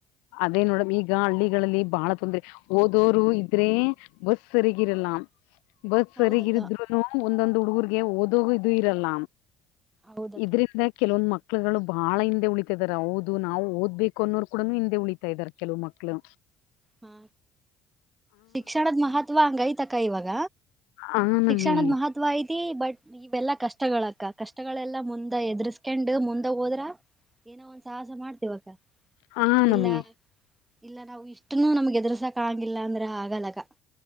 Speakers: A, on the left; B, on the right.
A: ಅದೇ ನೋಡಮ್ ಈಗ ಹಳ್ಳಿಗಳಲ್ಲಿ ಬಾಳ ತೊಂದ್ರರೆ ಓದೋರು ಇದ್ರೆ. ಬಸ್ ಸರಿಗೆ ಇರಲ್ಲ. ಬಸ್ ಸರಿಗರಿದ್ರುನು
B: ಹೌದಕ್ಕ
A: ಒಂದೊಂದ್ ಹುಡುಗರ್ಗೆ ಓದೋಗ ಇದು ಇರಲ್ಲ.
B: ಹೌದಕ್ಕ
A: ಇದ್ರಿಂದ ಕೆಲವೊಂದು ಮಕ್ಳುಗಳು. ಬಾಳ ಹಿಂದೆ ಉಳಿತಾ ಇದಾರ ಹೌದು ನಾವು ಓದ್ಬೇಕು ಅನ್ನೋರು ಕೂಡ ಹಿಂದೆ ಉಳಿತಾ ಇದಾರೆ ಕೆಲವು ಮಕ್ಕಳು.
B: ಹಾ ಶಿಕ್ಷಣದ ಮಹತ್ವ ಹಂಗೈತಕ್ಕ ಇವಾಗ.
A: ಹ
B: ಶಿಕ್ಷಣದ
A: ನಮ್ಮಿ
B: ಮಹತ್ವ ತ್ವಾ ಐತಿ ಬಟ್ ಇವೆಲ್ಲಾ ಕಷ್ಟಗಳಕ್ಕ ಕಷ್ಟಗಳೆಲ್ಲಾ ಮುಂದ ಎದರ್ಸ್ಕಂಡ್ ಮುಂದಾಗ ಹೋದ್ರ. ಏನೋ ಒಂದ ಸಾಹಸ ಮಾಡ್ತೇವಕ್ಕ
A: ಹ
B: ಇಲ್ಲ
A: ನಮ್ಮಿ
B: ಇಲ್ಲ ನಾವು ಇಷ್ಟ ಅಷ್ಟ ನಮ್ಗೆ ಎದುರು ಸಾಕಕ್ ಆಗಿಲ್ಲ ಅಂದ್ರೆ ಆಗಲ್ಲ ಅಕ್ಕ.